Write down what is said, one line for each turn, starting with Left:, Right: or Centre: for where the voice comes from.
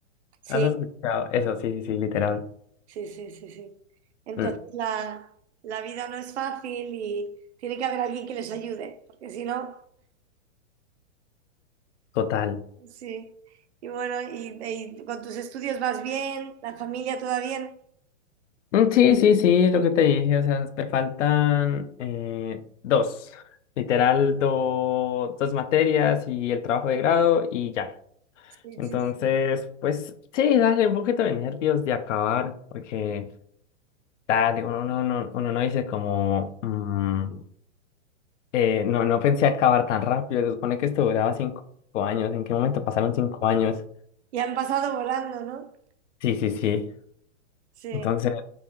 Right: Sí,
Left: ¿Has escuchado? Eso, sí, sí, sí, literal.
Right: sí, sí, sí, sí. Entonces
Left: Mm,
Right: la, la vida no es fácil y tiene que haber alguien que les ayude, porque si no...
Left: total.
Right: Sí. Y bueno, y, y con tus estudios vas bien, la familia toda bien.
Left: Mm, sí, sí, sí, lo que te dije. O sea, me faltan eh, dos. Literal, do- dos materias y el trabajo de grado y ya.
Right: Sí,
Left: Entonces,
Right: sí, sí.
Left: pues sí, dale un poquito de nervios de acabar, porque. Dale, uno, no no- uno no dice como, mm, eh, no, no pensé acabar tan rápido, se supone que esto duraba cinco años, ¿en qué momento pasaron cinco años?
Right: Y han pasado volando, ¿no?
Left: Sí, sí, sí,
Right: Sí.
Left: entonces,